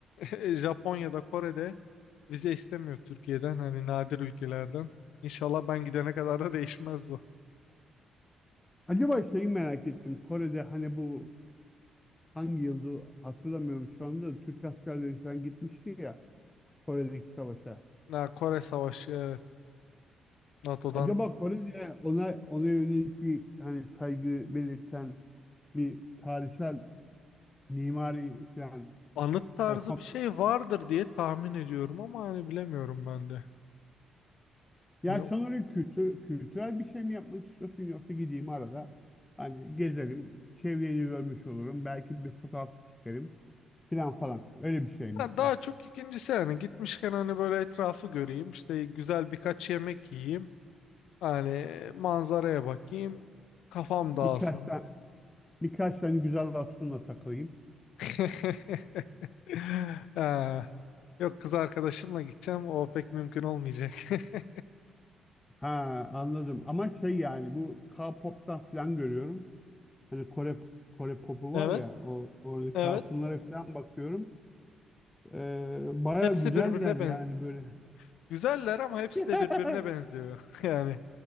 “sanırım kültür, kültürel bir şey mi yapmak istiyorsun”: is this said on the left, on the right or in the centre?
Left